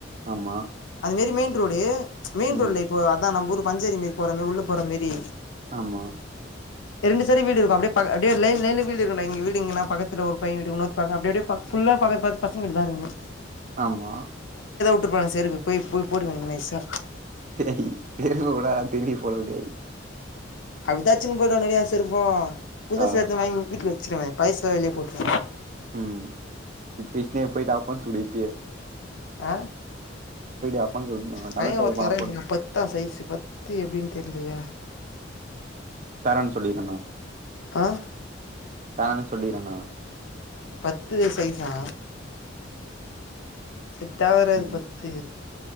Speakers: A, on the right (about 40°); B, on the left (about 75°).
A: ஆமா
B: அது மாரி மெயின் ரோடு ச்சு மெயின்
A: ம்
B: ரோடு இல்ல இப்போ அதான் நம்மூரு பஞ்சரி மீறி போறமே உள்ள போற மாறி
A: ஆமா
B: ரெண்டு சைடு வீடு இருக்கும் அப்படியே பக் டே லைன் லைன்ல வீடு இருக்குண்டா எங்க வீடு இங்கணா பக்கத்து ஒரு பையன் வீடு இன்னொரு பக்கோ அப்படி அப்படியே ப ஃபுல்லா பக்கத்து பக்கத்து பசங்க வீடு தான் இருக்குது
A: ஆமா
B: உட்டுறுப்பாங்க செருப்பு போய் போய் போட்டுக்க நைசா
A: செரி தெரு உடாலா தெரியி போலிருக்குதே
B: அப்படிதான் அடிச்சிட்டு போயிருவானுக செருப்பு புதுச
A: ஆ
B: எதும் வாங்கி வீட்ல வை வைய்ச்சுருவே பயசுலா வெளியே போட்டுன்னுவே
A: உம் இப்ப விஷ்ணே போய்ட் அப்ப சுடி பியே
B: ஆஹ்
A: அப்பான்னு சொல்லு
B: பையெ
A: நல்ல பேரு
B: ஒரு
A: பணம்
B: தரன்யெ
A: போடணும்
B: பத்தா சைஸ்ஸு பத்து எப்டின்னு தெர்லையே
A: தரென் சொல்லிருண்ணா
B: ஆஹ்
A: தானு சொல்லிறானா
B: பத்து சைஸா செட் ஆவராது
A: ம்
B: பத்து